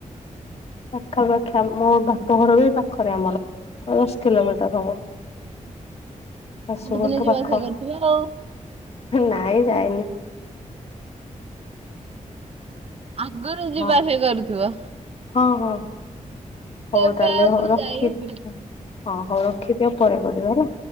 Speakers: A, on the left; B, on the right.
A: ପାଖାପାଖି ଆମ ବାପଘର ବି ପାଖରେ ଆମର। ଦଶ କିଲୋମିଟର ହବ। ଶାଶୁଘରଠୁ
B: ସବୁଦିନ ଯିବା
A: ପାଖ।
B: ଆସିବା କରୁଥିବ ଆଉ
A: ନାଇଁ ଯାଇନି।
B: ଆଗରୁ ଯିବା
A: ହଁ
B: ଆସିବା କରୁଥିବ।
A: ହଁ ହଁ। ହଉ
B: ଏବେ
A: ତାହେଲେ
B: ଆଉ
A: ହଉ
B: କଣ
A: ରଖି
B: ଯାଇ
A: ହଁ ହଉ ରଖିଦିଅ ପରେ କରିବା ହେଲା।